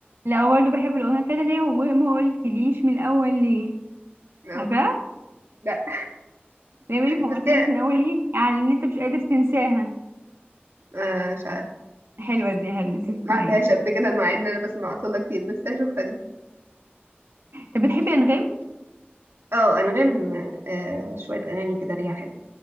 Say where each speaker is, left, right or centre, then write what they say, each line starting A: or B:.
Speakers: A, on the right; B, on the right.
A: لا برضه بحب الاغنيه بتاعت اللي هي ما قلتليش من الاول ليه
B: <laughs> أه.
A: عارفاه
B: لا
A: اللي هي بيقولك ما
B: بس
A: قلتليش
B: هي
A: من الاول ليه يعني ان انت مش قادر تنساها
B: آه، مش عارفة
A: حلوه دي حلوه تسمعيها
B: ما عدتهاش قبل كده مع ان انا بسمع اصلا كتير بس هشوفها دي
A: طب بتحبي انغام
B: اه انغام آه شويه اغاني كده ليها حلو